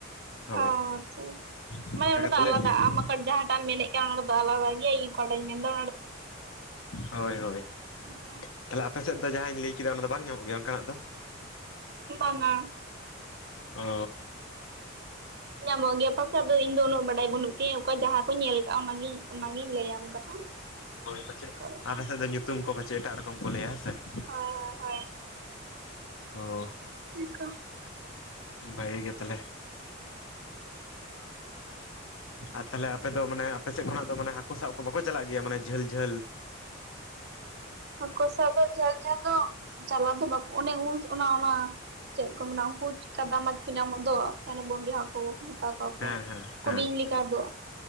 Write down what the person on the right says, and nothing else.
ᱚ ᱟᱪᱪᱷᱟ
ᱢᱟᱱᱮ ᱚᱱᱟ
ᱫᱚ
ᱟᱞᱟᱫᱟ
ᱟᱢ ᱟᱠᱟᱴ ᱡᱟᱦᱟᱸᱴᱟᱜ ᱮᱢ ᱢᱮᱱᱮᱫ ᱮᱭᱟ ᱚᱱᱟᱫᱚ ᱧᱚᱜ ᱜᱮᱭᱟ ᱤᱧ ᱚᱠᱟᱴᱟᱜ ᱢᱮᱱ ᱫᱟ
ᱚᱱᱠᱟ
ᱵᱟᱝ ᱟ ᱾
ᱧᱟᱢᱚᱜ ᱜᱮ ᱯᱟᱥᱮᱪ ᱟᱫᱚ ᱤᱧ ᱫᱚ ᱩᱱᱟᱹᱜ ᱵᱟᱰᱟᱭ ᱵᱟᱹᱱᱩᱜ ᱛᱤᱧᱟᱹ ᱚᱠᱟ ᱡᱟᱦᱟᱸ ᱠᱚᱧ ᱧᱮᱞ ᱟᱠᱟᱜᱼᱟ ᱚᱱᱟᱜᱤ ᱚᱱᱟᱜᱤᱧ ᱞᱟᱹᱭ ᱟᱢ ᱠᱟᱱᱟ᱾
ᱚᱠᱟ ᱞᱮᱠᱟ
ᱦᱳᱭ ᱦᱳᱭ ᱦᱳᱭ ᱾
<inaudible>
<unintelligible>
<unintelligible> ᱦᱟᱹᱠᱩ ᱥᱟᱵ ᱫᱚ ᱡᱷᱟᱹᱞ ᱡᱷᱟᱹᱞ ᱫᱚ ᱪᱟᱞᱟᱣ ᱫᱚ ᱵᱟᱠᱚ ᱚᱱᱮ ᱩᱱ ᱚᱱᱟ ᱚᱱᱟ ᱪᱮᱫ ᱠᱚ ᱢᱮᱱᱟ ᱩᱱᱠᱩ ᱠᱟᱫᱟ ᱢᱟᱪ ᱠᱚ ᱧᱟᱢᱚᱜ ᱫᱚ ᱥᱮ ᱵᱚᱢᱵᱤ ᱦᱟᱹᱠᱩ ᱢᱮᱛᱟ ᱠᱚ
ᱩᱱᱠᱩ
ᱵᱤᱧ ᱞᱮᱠᱟ ᱫᱚ,